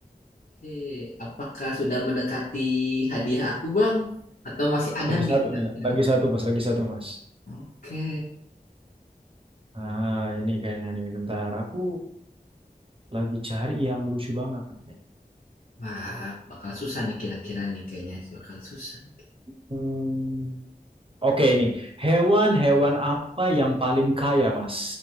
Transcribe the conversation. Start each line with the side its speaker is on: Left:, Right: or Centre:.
Left: Oke, apakah sudah mendekati hadiah aku bang? Atau masih ada
Right: Lagi
Left: nih
Right: satu
Left: kira-kira
Right: nih, lagi
Left: nih?
Right: satu Mas, lagi satu Mas.
Left: Oke,
Right: Ah, ini kayaknya nih, bentar. Aku lagi cari yang lucu banget nih.
Left: wah bakal susah nih kira-kira nih kayaknya bakal susah nih.
Right: Hmm, Oke ini, hewan-hewan apa yang paling kaya, Mas?